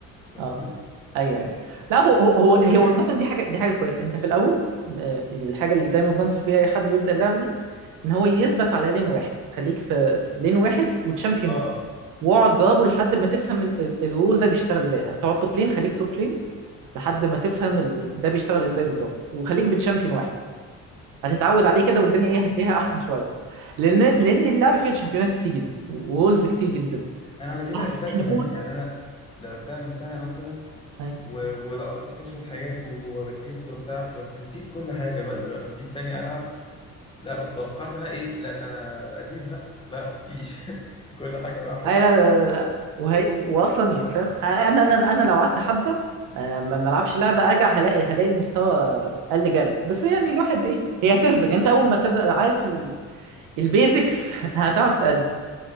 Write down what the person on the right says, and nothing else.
اه ايوه ايوه لا هو هو هو هو
مثلا دي حاجه دي حاجه كويسه انت في الاول آه، الحاجه اللي دايما بنصح بيها اي حد بيبدا اللعبه دي ان هو يثبت على لين واحد خليك في في لين واحد وتشامبيون
واحد واقعد جربه لحد ما تفهم ال- ال- الرول ده بيشتغل ازاي هتقعد توب لين خليك توب لين لحد ما تفهم ال... ده بيشتغل ازاي بالظبط وخليك بتشامبيون واحد هتتعود عليه كده والدنيا
ايه هتلاقيها احسن
شويه لان لان اللعبه فيها الشامبيونات كتير جدا ورولز كتير جدا
احنا
فوق
اي لا لا لا لا. وهي... واصلا يعني فاهم انا انا انا لو قعدت حبه آه، ما ما العبش لعبه ارجع هلاقي هلاقي المستوى قل جامد بس يعني الواحد ايه هي هتثبت يعني انت اول ما تبقى عارف ال... البيزكس <laughs> هتعرف تأدي